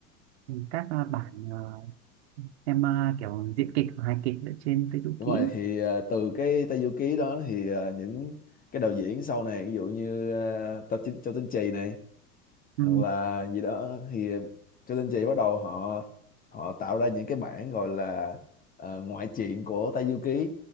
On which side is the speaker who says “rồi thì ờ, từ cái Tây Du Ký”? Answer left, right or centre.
Left